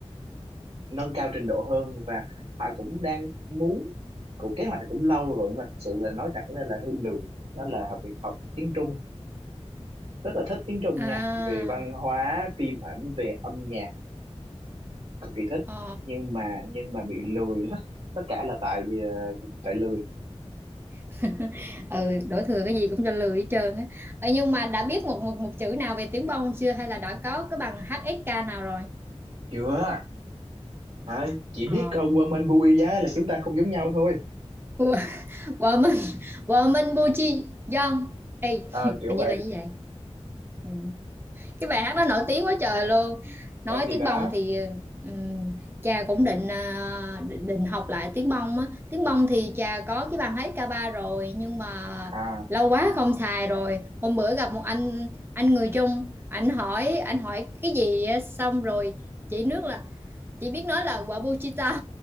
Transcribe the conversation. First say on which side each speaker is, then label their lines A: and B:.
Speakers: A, on the right; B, on the right.
A: nâng cao trình độ hơn và họ cũng đang muốn cuộc kế hoạch này cũng lâu rồi nhưng mà thật sự là nói thẳng ra là hơi lười đó là học việc học tiếng Trung rất là thích tiếng Trung
B: À,
A: nha về văn hóa phim ảnh về âm nhạc cực kỳ thích
B: ờ.
A: nhưng mà nhưng mà bị lười hết tất cả là tại ờ, tại lười
B: <laughs> Ừ, đổ thừa cái gì cũng cho lười hết trơn á. Ờ, nhưng mà đã biết một một một chữ nào về tiếng bông chưa hay là đã có cái bằng HSK nào rồi?
A: chưa hả chỉ
B: Ờ.
A: biết uh, Woman Bui giá là chúng ta không giống nhau thôi
B: Wo- <laughs> Woman, woman Buchi Young. Ê,
A: Ờ,
B: <laughs> hình
A: kiểu vậy
B: như là như vậy. Ừ. cái bài hát đó nổi tiếng quá trời luôn nói
A: Ờ, thì
B: tiếng
A: đó
B: bông thì ừm, cha cũng định à, định, định học lại tiếng bông á tiếng bông thì cha có cái bàn hát ca ba rồi nhưng mà
A: à
B: lâu quá không xài rồi hôm bữa gặp một anh anh người Trung anh hỏi anh hỏi cái gì á, xong rồi chỉ nước là chỉ biết nói là quả bu chi tao